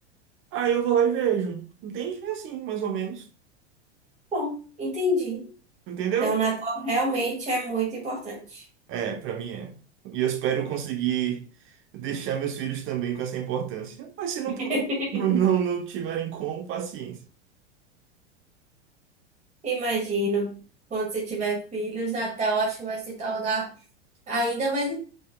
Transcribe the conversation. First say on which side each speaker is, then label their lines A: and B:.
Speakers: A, on the right; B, on the right.
A: Aí eu vou lá e vejo. Entende? É assim, mais ou menos.
B: Bom, entendi.
A: Entendeu?
B: Então, o Natal realmente é muito importante.
A: É, pra mim é. E eu espero conseguir deixar meus filhos também com essa importância. Mas se não,
B: <laughs>
A: pu- <laughs> não, não tiverem como, paciência.
B: Imagino, quando você tiver filhos, Natal acho que vai se tornar ainda mais,